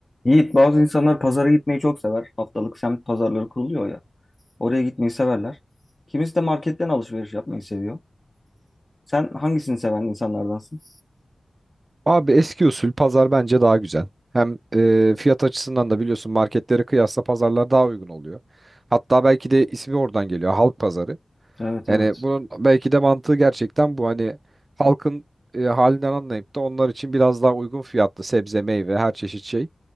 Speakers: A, on the left; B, on the right.
A: Yiğit bazı insanlar pazara gitmeyi çok sever. Haftalık semt pazarları kuruluyor ya. Oraya gitmeyi severler. Kimisi de marketten alışveriş yapmayı seviyor. Sen hangisini seven insanlardansın?
B: Abi eski usul pazar bence daha güzel. Hem e, fiyat açısından da biliyorsun marketlere kıyasla pazarlar daha uygun oluyor. Hatta belki de ismi oradan geliyor halk pazarı.
A: Evet
B: Yani
A: evet.
B: bunun belki de mantığı gerçekten bu hani halkın e, halinden anlayıp da onlar için biraz daha uygun fiyatlı sebze, meyve, her çeşit şey